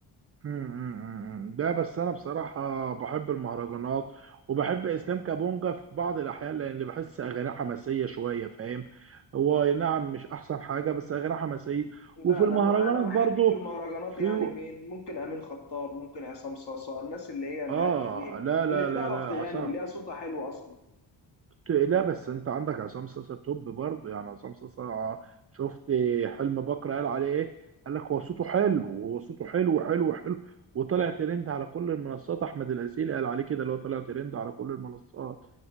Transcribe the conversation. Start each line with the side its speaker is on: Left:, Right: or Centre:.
Right: أمم، أمم، أمم. ده بس انا بصراحه بحب المهرجانات وبحب اسلام كابونجا في بعض الاحيان لان بحس اغانيه حماسيه شويه فاهم هو أي نعم مش احسن حاجه بس اغانيه حماسيه
Left: لا
Right: وفي
Left: انا
Right: المهرجانات
Left: ما- انا بحب
Right: برضو
Left: في المهرجانات
Right: في
Left: يعني مين ممكن امين خطاب ممكن عصام صاصا الناس اللي هي الهاديه
Right: اه
Left: دي
Right: لا لا
Left: اللي بتعرف
Right: لا لا
Left: تغني
Right: عصام
Left: اللي هي صوتها حلو اصلا
Right: لا بس انت عندك عصام صاصا توب برضه يعني عصام صاصا شفت حلم بكر قال عليه ايه؟ قال لك هو صوته حلو هو صوته حلو حلو حلو وطلع ترند على كل المنصات احمد العسيلي قال عليه كده اللي هو طلع ترند على كل المنصات